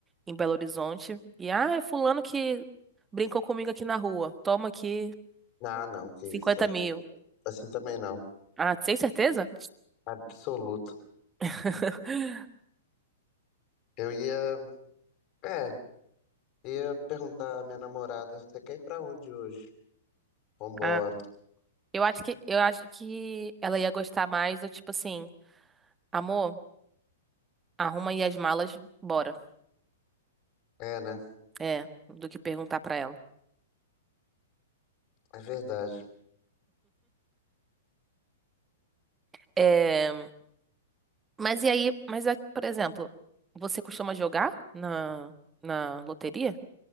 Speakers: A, on the right; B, on the left.
A: em Belo Horizonte e, ah, é fulano que brincou comigo aqui na rua. Toma aqui
B: Ah, não, que
A: cinquenta
B: isso. Assim,
A: mil.
B: assim também não.
A: Ah, sem certeza?
B: Absoluto.
A: <laughs>
B: Eu ia, é, ia perguntar à minha namorada, você quer ir pra onde hoje? Vambora.
A: Ah, eu acho que eu acho que ela ia gostar mais do tipo assim, amor, arruma aí as malas, bora.
B: É, né?
A: É, do que perguntar pra ela.
B: É verdade.
A: É, Mas e aí, mas a- por exemplo, você costuma jogar na, na loteria?